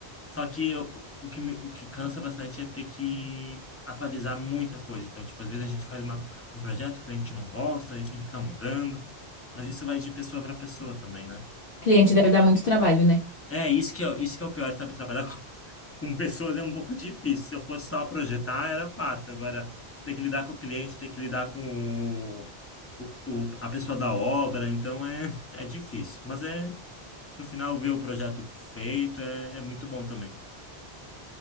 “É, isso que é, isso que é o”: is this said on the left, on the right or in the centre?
Left